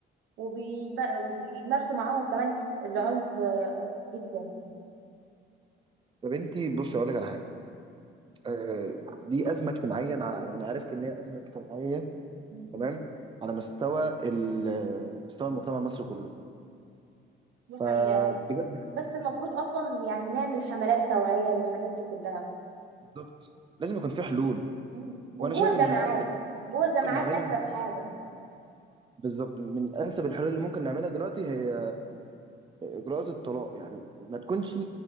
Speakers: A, on the right; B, on the right.
A: وبيبقى وبيمارسوا معاهم كمان العنف آه، جدا
B: يا بنتي بصي أقول لك على حاجة آه، دي أزمة اجتماعية أنا ع- يعني عرفت إن هي أزمة اجتماعية
A: مم.
B: تمام على مستوى ال- مستوى المجتمع المصري كله
A: دي
B: فبجد
A: حقيقة بس المفروض أصلا يعني نعمل حملات توعية للحاجات دي كلها
B: بالظبط لازم يكون في حلول
A: مم. وجوه
B: وانا شايف
A: الجامعات
B: ان من انسب اللي
A: جوه الجامعات
B: ممكن نعملها
A: أنسب حاجة
B: بالظبط من انسب الحلول اللي ممكن نعملها دلوقتي هي اجراءات الطلاق يعني ما تكونش